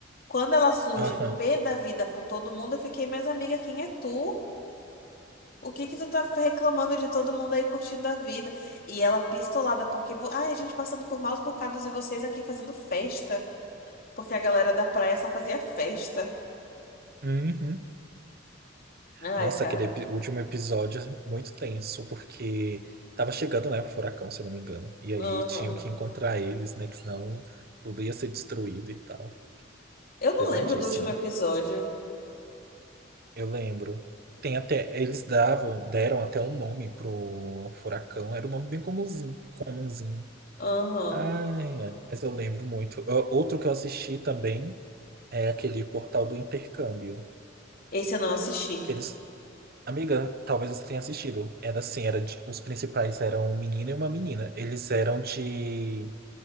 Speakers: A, on the left; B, on the right.
A: Quando ela surge
B: Aham.
A: pé da vida com todo mundo, eu fiquei, mas amiga, quem é tu? O que que tu tá reclamando de todo mundo aí curtindo a vida? E ela pistolada, porque, vo- ai, a gente passando por maus bocados e vocês aqui fazendo festa, porque a galera da praia só fazia festa.
B: Uhum.
A: Ai,
B: Nossa,
A: cara.
B: aquele epi- último episódio é muito tenso, porque tava chegando, né, o furacão, se eu não me engano. E aí
A: Aham.
B: tinham que encontrar eles, né, que senão tudo ia ser destruído e tal.
A: Eu não
B: Pesadíssimo.
A: lembro do último episódio.
B: Eu lembro. Tem até, eles davam, deram até um nome pro furacão, era um nome bem comumzinho, comumzinho.
A: Aham.
B: Ai, ai, mas eu lembro muito. Ó, Outro que eu assisti também é aquele Portal do Intercâmbio,
A: Esse eu não assisti.
B: que eles Amiga, talvez você tenha assistido. Era assim, era de- os principais eram um menino e uma menina. Eles eram de